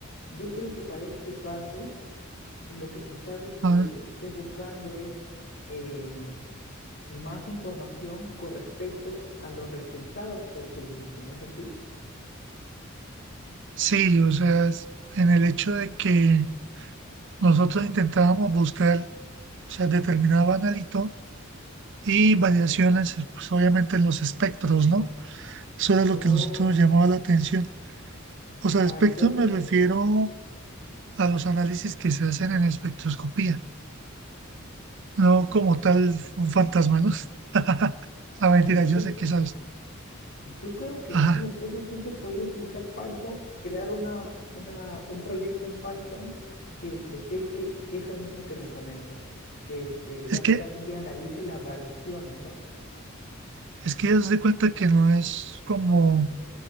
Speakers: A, on the left; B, on the right.
A: yo creo que para este caso, lo que quizás este,
B: Ah,
A: estés buscando es eh, más información con respecto a los resultados que obtuviste, ¿no es así?
B: sí, o sea, es- en el hecho de que nosotros intentábamos buscar, o sea, determinado analito y variaciones, pues obviamente en los espectros, ¿no? Eso era lo
A: Oh,
B: que nosotros nos llamaba la atención. O sea,
A: ah,
B: espectros
A: entonces,
B: me refiero a los análisis que se hacen en espectroscopía. no como tal un fantasma, ¿no? <laughs> La
A: ah,
B: mentira,
A: ya-
B: yo
A: yo,
B: sé que sabes.
A: yo creo que
B: Ajá.
A: sí, entonces sí se podría utilizar Python, crear una, una, un proyecto en Python que detecte eso mismo que me comentas, que este,
B: Es
A: básicamente
B: que,
A: analice las variaciones, ¿no?
B: es que haz de cuenta que no es como